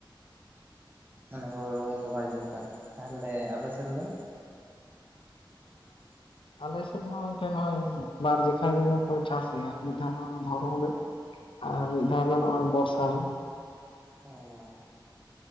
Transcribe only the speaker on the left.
ᱟᱞᱮᱥᱮᱫ ᱦᱚᱸ ᱱᱚᱝᱠᱮ ᱱᱚᱜᱚᱭ ᱵᱟᱨ ᱡᱚᱠᱷᱟ ᱜᱮ ᱠᱚ ᱪᱟᱥ ᱜᱮᱭᱟ ᱢᱤᱫ ᱫᱷᱟᱣ ᱫᱚ ᱫᱷᱚᱨᱚᱢ ᱨᱮ ᱟᱨ ᱢᱤᱫ ᱫᱷᱟᱣ ᱫᱚ ᱱᱚᱜ-ᱚᱭ ᱵᱚᱨᱥᱟ ᱨᱮ